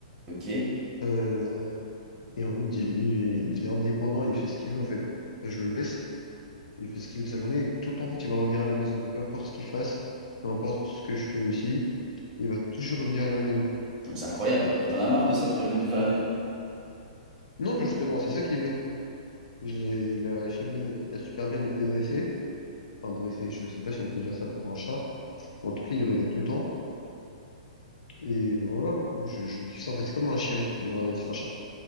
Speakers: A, on the right; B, on the left.
A: ok,
B: Euh, et en mode, il, il- il est indépendant, il fait ce qu'il veut, en fait. Je le laisse, il fait ce qu'il veut de sa journée. Et tout le temps, en fait, il va revenir à la maison. Peu importe ce qu'il fasse, peu importe ce que je fais aussi, il va toujours revenir à la maison.
A: donc c'est incroyable. Et t'en as marre de ça qui reviennent tout le temps
B: Voilà.
A: à la maison?
B: Non, mais justement, c'est ça qui est bien. Je l'ai- il a, super bien, il a super bien été dressé. Enfin, dressé, je sais pas si on peut dire ça pour un chat. En tout cas, il revient tout le temps. Et voilà, hein. je, je kiffe ça, en fait. C'est comme un chien, mais euh, c'est un chat.